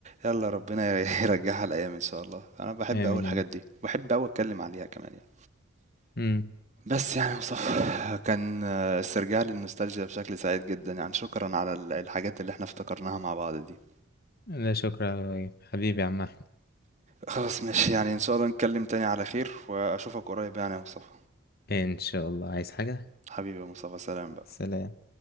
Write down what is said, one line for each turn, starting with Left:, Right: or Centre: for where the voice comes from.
Right: يلا ربنا ي- <laughs> يرجعها الأيام إن شاء الله أنا بحب
Left: آمين
Right: أوي الحاجات
Left: يا رب
Right: دي بحب أوي أتكلم عليها كمان يعني.
Left: امم
Right: بس يعني مصطفى كان آه، استرجاع للنوستالجيا بشكل سعيد جدا يعني شكرا على ال- الحاجات اللي احنا افتكرناها مع بعض دي
Left: لا شكرا يا إبراهيم. حبيبي يا عم أحمد.
Right: خلاص ماشي يعني ان شاء الله نتكلم تاني على خير واشوفك قريب يعني يا مصطفى
Left: ان شاء الله عايز حاجة
Right: حبيبي يا مصطفى سلام بقى
Left: سلام